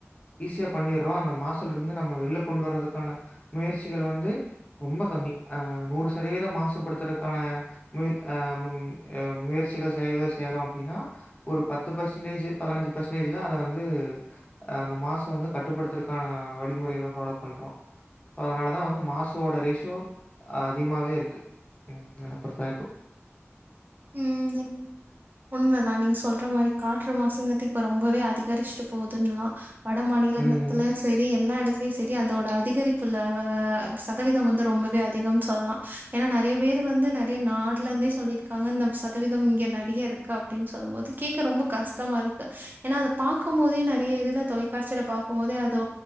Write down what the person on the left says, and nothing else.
ஈஸியா பண்ணிடுறோ அந்த மாசலருந்து நம்ம வெல்ல கொண்டு வரதுக்கு க்கான முயற்சிகள் வந்து ரொம்ப கம்மி ஆ நூறு சதவீதம் மாசுபடுத்துறக்கான முய ஆ <unintelligible> முயற்சிகள் செயல்க செய்யறோ அப்டின்னா ஒரு பத்து பர்சன்டேஜ் பதினஞ்சு பர்சன்டேஜ் தா அத வந்து அந்த மாசம் வந்து கட்டுப்படுத்துறக்கான வழிமுறை கள ஃபாலோ பண்றோ அதனாலதா வந்து மாசோட ரேஷியோ அதிகமாவேருக்கு ம் ம் அப்டித்தா <unintelligible>
ம்.